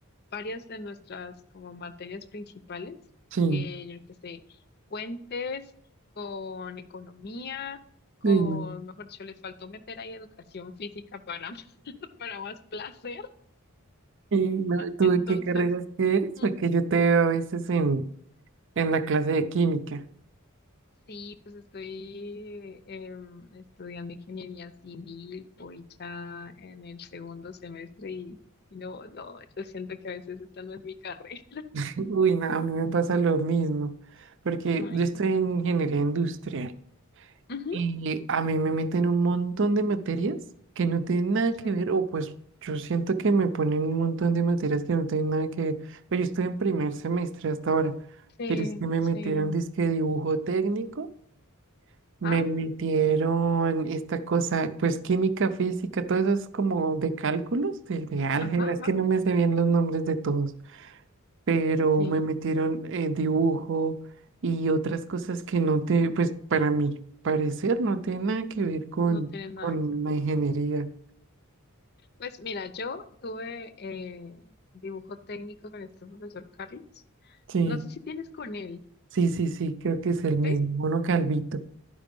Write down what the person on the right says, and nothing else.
Sí.
Uy, no.
Y no, ¿tú
de qué carreras eres?
Porque yo te veo a veces en, en la clase de química.
Uy, no, a mí me pasa lo mismo, porque
yo
estoy
en ingeniería industrial
y a mí me meten un montón de materias que no tienen nada
que ver, o pues yo siento que me ponen un montón de materias que no tienen nada que ver, pero yo estoy en primer semestre hasta ahora,
pero es que me
metieron disque dibujo técnico, me
metieron esta cosa, pues química, física, todas eso es como de cálculos, de, de álgebra,
es que no me sé bien los nombres de todos pero
me metieron eh, dibujo y otras cosas que no te, pues para mi parecer no tiene nada que ver con,
con
la ingeniería.
Sí,
sí, sí, sí, creo que es el mismo,
uno calvito.